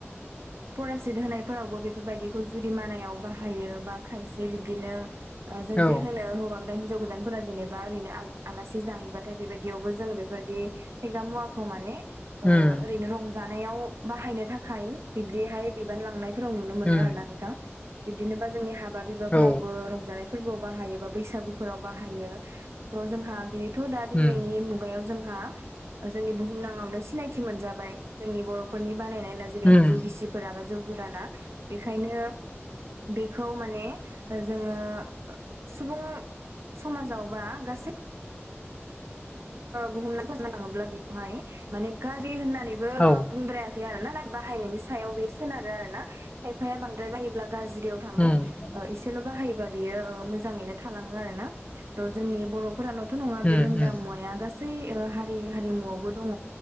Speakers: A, on the right; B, on the left.
A: फरासित होनायफोरावबो बेफोरबायदिखौ जुरिमानायाव बाहायो बा खायसे बिब्दिनो जों
B: औ
A: जे होनायाव होब हिनजाव गोदानफोरा जेनेबा ओरैनो आलासि जाहैबाथाय बेबायदियावबो जोंङो बेफोरबायदि फेग्रा मुवा आखुमाने
B: उम
A: ओरैनो रंजानायाव बाहायनो थाखाय बिब्दिहाय बिबान लांनाय नुनो मोनो
B: उम
A: आरो ना नोंथां बिब्दिनोबा जोंनि हाबा बिबावबो
B: औ
A: रंजानाय फोरबोआव बाहायो बा बैसागुफोराव बाहायो जोंहा बे दा दिनैनि
B: उम
A: मुगायाव जोंहा जोंनि बुहुम नाङावनो सिनायथि मोनजाबाय जोंनि बर'फोरनि बानायनायना जेरैहाय
B: उम
A: जौ गिसिफोरा बा जौ गोराना बेनिखायनो बेखौ माने जोङो सुबुं समाजावबा गासै बुहुमङैनो बुंनो थाङोब्लाथाय‌ बेखौहाय माने गाज्रि होननानैबो
B: औ
A: बुंद्रायाखै आरना बाहायनायनि सायाव बेयो सोनारो आरोना खायफाया बांद्राय बायोब्ला गाज्रियाव
B: उम उम
A: एसेल बाहायोबा बियो मोजाङैनो थालाङो आरोना जोंनि बर' फोरालथ नङा बे
B: उम
A: लोंग्रा मुवाया गासै हारि हारिमुवआवबो दङ